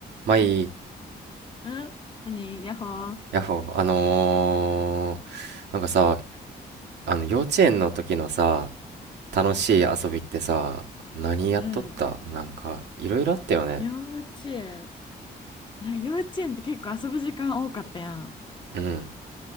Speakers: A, on the right (about 75°); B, on the left (about 25°).
A: まあいい、
B: ん何ヤッホー。
A: ヤッホー、あのー、なんかさ、あの幼稚園の時のさ、楽しい遊びってさ、何やっとったなんか、
B: うん。
A: いろいろあったよね。
B: 幼稚園。なんか幼稚園って結構遊ぶ時間多かったやん。
A: うん、